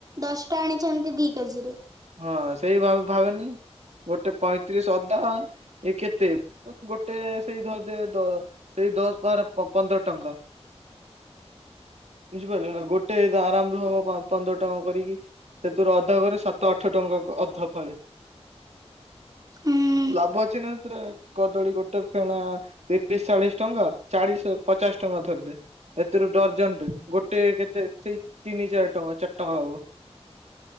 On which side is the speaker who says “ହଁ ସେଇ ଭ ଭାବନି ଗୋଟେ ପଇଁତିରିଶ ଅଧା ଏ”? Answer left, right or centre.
Right